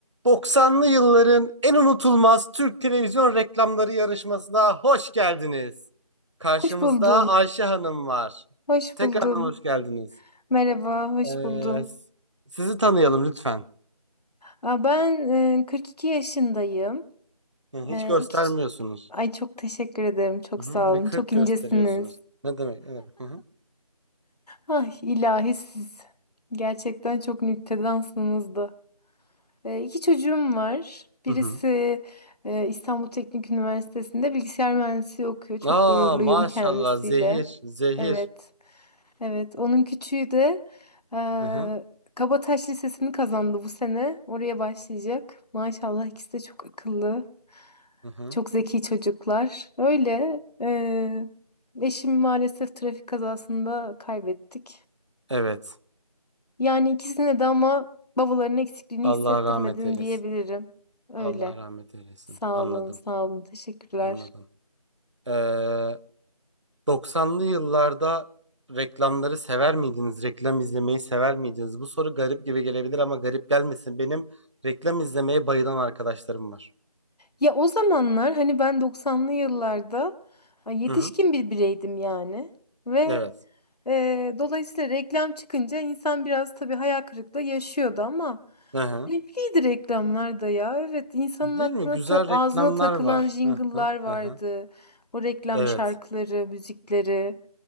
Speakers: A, on the right; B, on the left.
A: 90'lı yılların en unutulmaz Türk televizyon reklamları yarışmasına hoş geldiniz. Karşımızda
B: Hoş buldum.
A: Ayşe Hanım var.
B: Hoş
A: Tekrardan
B: buldum.
A: hoş geldiniz.
B: Merhaba, hoş
A: Ee,
B: buldum.
A: s- sizi tanıyalım lütfen.
B: Aa, Ben e, 42 yaşındayım.
A: Hı, Hiç
B: E,
A: göstermiyorsunuz.
B: iki ç- Ay çok teşekkür ederim. Çok
A: Hı hı,
B: sağ olun.
A: bir kırk
B: Çok incesiniz.
A: gösteriyorsunuz. Ne demek? Ne demek? Hı hı.
B: Ay ilahi siz. Gerçekten çok nüktedansınız da. E, iki çocuğum var. Birisi
A: Hı hı.
B: e, İstanbul Teknik Üniversitesi'nde bilgisayar mühendisliği okuyor. Çok
A: Aa
B: gururluyum
A: maşallah
B: kendisiyle.
A: zehir, zehir.
B: Evet. Evet, onun küçüğü de eee
A: Hı hı.
B: Kabataş Lisesi'ni kazandı bu sene. Oraya başlayacak. Maşallah ikisi de çok akıllı,
A: Hı hı.
B: çok zeki çocuklar. Öyle. eee eşimi maalesef trafik kazasında kaybettik.
A: Evet.
B: Yani ikisine de ama babaların eksikliğini
A: Allah
B: hissettirmedim
A: rahmet eylesin.
B: diyebilirim. Öyle.
A: Allah rahmet eylesin.
B: Sağ
A: Anladım.
B: olun, sağ olun. Teşekkürler.
A: Anladım. Ee, 90'lı yıllarda reklamları sever miydiniz? Reklam izlemeyi sever miydiniz? Bu soru garip gibi gelebilir ama garip gelmesin. Benim reklam izlemeye bayılan arkadaşlarım var.
B: Ya o zamanlar hani ben 90'lı yıllarda ay, yetişkin
A: Hı hı.
B: bir bireydim yani. Ve
A: Evet.
B: Ee, dolayısıyla reklam çıkınca insan biraz tabii hayal kırıklığı yaşıyordu ama
A: Hı hı.
B: keyifliydi reklamlar da ya. Evet insanın
A: Değil
B: aklına
A: mi? Güzel
B: ta- ağzına
A: reklamlar
B: takılan
A: var.
B: jingle'lar
A: Hı hı
B: vardı.
A: hı hı.
B: O reklam
A: Evet.
B: şarkıları, müzikleri.